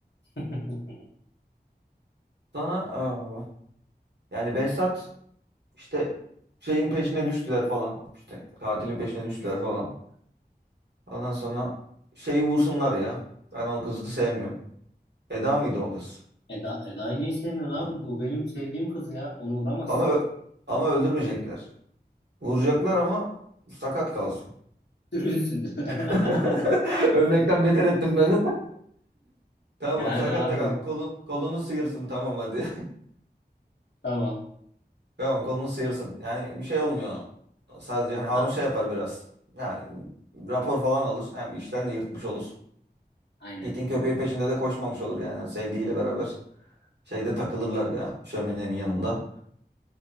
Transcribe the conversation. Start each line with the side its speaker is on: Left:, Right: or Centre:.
Left: <laughs>
Right: Sana aa, yani Behzat işte şeyin peşine düştüler falan. İşte katilin peşine düştüler falan. Ondan sonra şeyi vursunlar ya. Ben o kızı sevmiyorum. Eda mıydı o kız?
Left: Eda, Eda'yı niye sevmiyorsun
Right: Ha.
Left: abi? Bu benim sevdiğim kız ya. Onu uğramazsın.
Right: Ama ö- ama öldürmeyecekler. Vuracaklar ama sakat kalsın.
Left: Sürünsün. <laughs>
Right: <laughs> Ölmekten beter ettim ben. <laughs> Tamam
Left: Yani
Right: sakat
Left: abi.
Right: da kal. Kolun, kolunu sıyırsın tamam hadi.
Left: Tamam.
Right: <laughs> Tamam kolunu sıyırsın. Yani bir şey olmuyor. ona. Sadece hani Harun
Left: Tamam.
Right: şey yapar biraz. Yani rapor falan alır. Hem işten de yırtmış olur.
Left: Aynen.
Right: İtin köpeğin peşinde de koşmamış olur yani. Hani Sevdiğiyle beraber şeyde takılırlar ya şöminenin yanında.